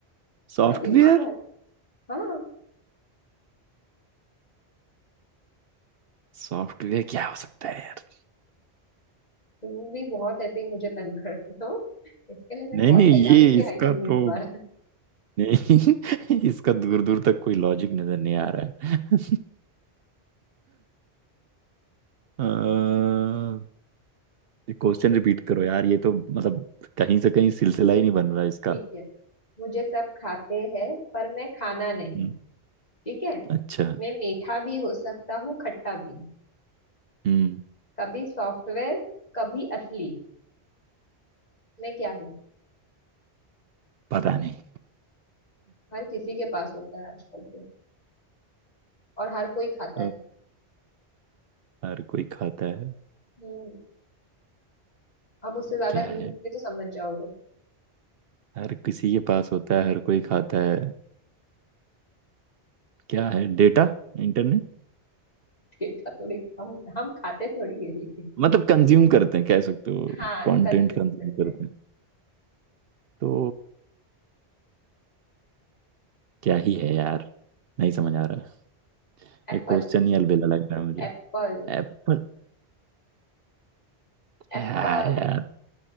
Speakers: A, on the right; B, on the left.
A: सॉफ्टवेयर
B: थोड़ा दिमाग वाला हाँ
A: सॉफ्टवेयर क्या हो सकता है यार
B: तुम भी बहुत ऐसे ही मुझे तंग करती हो इसके लिए मैं
A: नहीं
B: बहुत
A: नहीं
B: तैयारी
A: ये
B: से
A: इसका
B: आई हूँ
A: तो
B: इस बार
A: नहीं <laughs> इसका दूर दूर तक कोई लॉजिक नजर नहीं आ रहा है <laughs> क्वेश्चन रिपीट करो यार ये तो मतलब कहीं से कहीं सिलसिला ही नहीं बन रहा इसका
B: ठीक है मुझे सब खाते हैं पर मैं खाना नहीं
A: हम्म,
B: ठीक है
A: अच्छा
B: मैं मीठा भी हो सकता हूँ खट्टा भी
A: हम्म
B: कभी सॉफ्टवेयर कभी असली मैं क्या हूँ
A: पता नहीं
B: हर किसी के पास होता है आजकल तो और हर कोई खाता
A: अ,
B: है
A: हर कोई खाता है
B: हम्म अब उससे ज्यादा
A: क्या
B: हिंट
A: है
B: दूंगी तो समझ जाओगे
A: हर किसी के पास होता है हर कोई खाता है क्या है डेटा इंटरनेट
B: डेटा थोड़ी हम हम खाते थोड़ी है लेकिन
A: मतलब कंज्यूम करते हैं कह सकते हो
B: हाँ
A: कंटेंट
B: कंज्यूम
A: कंज्यूम
B: करते
A: करते
B: हैं
A: हैं तो क्या ही है यार नहीं समझ आ रहा
B: Apple
A: ये क्वेश्चन ही अलबेला लग रहा है मुझे
B: Apple
A: एप्पल क्या
B: Apple
A: है यार